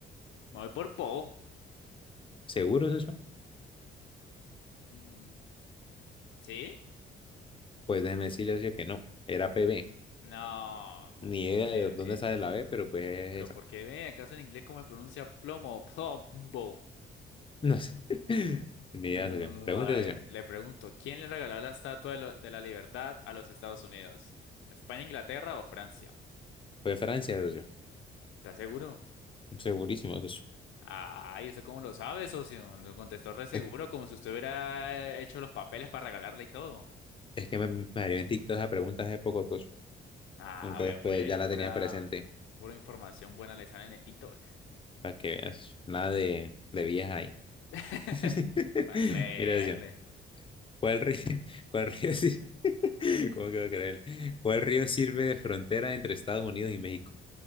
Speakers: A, on the left; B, on the left.
A: Me voy por Po.
B: ¿Seguro, socio?
A: Mm, ¿Sí?
B: Pues déjeme decirle, socio, que no. Era PB.
A: No, como
B: Ni
A: que...
B: idea de
A: eh,
B: dónde
A: eh,
B: sale la B, pero pues
A: Pero ¿por qué ve? ¿Acaso en inglés cómo me pronuncia plomo? Plombo.
B: No sé. <laughs> Ni
A: No,
B: idea, socio. Pregunta,
A: a
B: socio.
A: ver, le pregunto, ¿quién le regaló la Estatua de, lo- de la Libertad a los Estados Unidos? ¿España, Inglaterra o Francia?
B: Fue de Francia, socio.
A: ¿Estás seguro?
B: Segurísimo, socio.
A: Ay, ¿eso cómo lo sabe, socio? Lo contestó re seguro,
B: Es,
A: como si usted hubiera hecho los papeles para regalarla y todo.
B: es que me, me salió en TikTok esa pregunta hace poco, socio.
A: Ah,
B: Entonces,
A: a ver,
B: pues
A: pues,
B: ya la
A: pura,
B: tenía presente.
A: pura información buena le sale en el TikTok.
B: Para que veas. Nada de, de viejas ahí.
A: <laughs>
B: <laughs>
A: Para creerle.
B: Mira, socio. ¿Cuál río, <laughs> cuál río sí? <laughs> ¿Cómo que va a creer? ¿Cuál río sirve de frontera entre Estados Unidos y México?